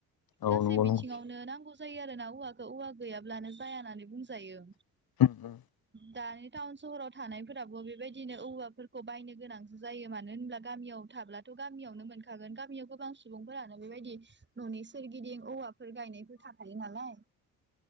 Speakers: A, on the left; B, on the right.
A: औ
B: गासै
A: नंगौ
B: बिथिङावनो
A: नंगौ
B: नांगौ जायो आरोना औवखौ औवा गैयाब्लानो जाया होननानै बुंजायो
A: <inaudible>
B: दानि टाउन सहराव थानायफोराबो बेबायदिनो औवाफोरखौ बायनो गोनांसो जायो मानो होनब्ला गामि मियाव थाब्लाथ' गामियावनो मोनखागोन गामियाव गोबां सुबुंफोरानो बेबायदि न'नि सोरगिदिं औवा फोर गायनायफोर थाखायो नालाय